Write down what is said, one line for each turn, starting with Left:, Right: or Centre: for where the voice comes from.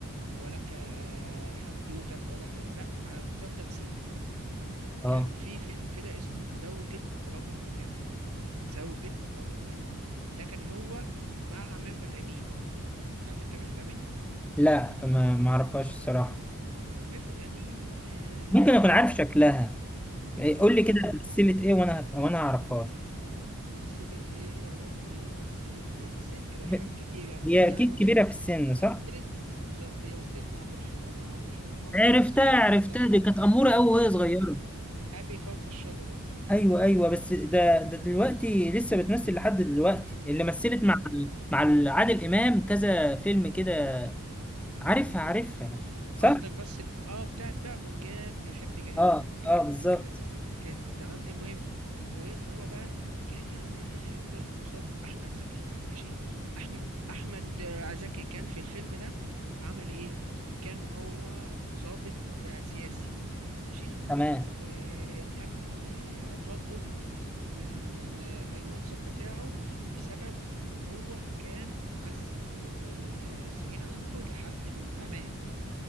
Right: ولا كحدوته ولا ك لا على مستوى التمثيل
Centre: اه
Right: كان في فيلم كده اسمه زوجة رجل مهم زوجة رجل مهم ده كان هو مع ميرفت امين عارف انت ميرفت امين
Centre: لا ما ما اعرفهاش الصراحة
Right: ميرفت أمين آه,
Centre: ممكن اكون عارف شكلها إيه، قول لي
Right: آه
Centre: كده سلسلة ايه وانا هف... وانا هعرفها
Right: مثلت إيه يا ربي مثلت إيه مثلت كده
Centre: ب-
Right: حاجات كتير يعني
Centre: هي
Right: يعني
Centre: اكيد
Right: مثلت
Centre: كبيره في السن صح
Right: مثلت بالظبط هي مثلت مع عبد الح... مع عبد الحليم حافظ
Centre: عرفتها
Right: آه،
Centre: عرفتها
Right: في
Centre: دي كانت اموره قوي وهي صغيره
Right: أبي أبي فوق الشجرة
Centre: ايوه ايوه بس ده ده دلوقتي لسه بتمثل لحد دلوقتي اللي مثلت مع مع عادل امام كذا فيلم كده عارفها عارفها صح
Right: قصدك بس اه بتاعت بقى مرجان بيحب جهان
Centre: اه
Right: وجهان
Centre: اه بالظبط
Right: كمان بتحب مرجان تمام المهم وهي صغيرة بقى كانت عملت الفيلم ده قصاد أحمد زكي ماشي أحمد أحمد آه، زكي كان في الفيلم ده عمل إيه؟ كان هو ضابط آه، سياسي ماشي
Centre: تمام
Right: وتم آه، طرده من ال... من ال... من آه، المنصب بتاعه بسبب إن هو كان عذب آه، السجين عنده لحد ما مات